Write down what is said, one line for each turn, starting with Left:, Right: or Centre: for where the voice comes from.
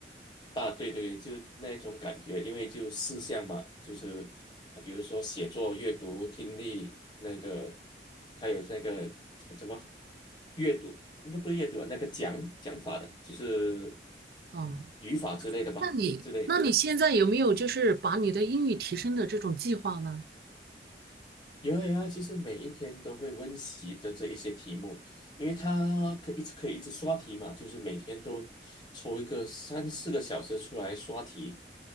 Left: 大对对，就那种感觉，因为就四项嘛，就是呃比如说写作、阅读、听力，那个还有那个呃怎么阅读，应该不是阅读啊那个讲讲法的，就是
Right: 哦。
Left: 语法之类的吧，
Right: 那你，
Left: 之类。
Right: 那你现在有没有就是把你的英语提升的这种计划呢？
Left: 有啊有啊，其实每一天都会温习的这一些题目，因为它可以一直可以一直刷题嘛，就是每天都抽一个三四个小时出来刷题。